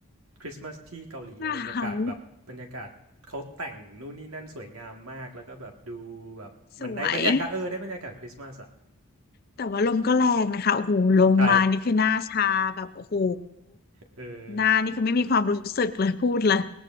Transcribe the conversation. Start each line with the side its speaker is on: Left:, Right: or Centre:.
Right: คริสต์มาสที่เกาหลีอะบรรยากาศแบบบรรยากาศเขาแต่งนู่นนี่นั่นสวยงามมากแล้วก็แบบดูแบบมันได้บรรยากาศเออได้บรรยากาศคริสต์มาสอะ
Left: หนาวสวยแต่ว่าลมก็แรงนะคะโอ้โหลมมานี่คือหน้าชาแบบโอ้โห
Right: ใช่เออ
Left: หน้านี่คือไม่มีความรู้สึกเลยพูดเลย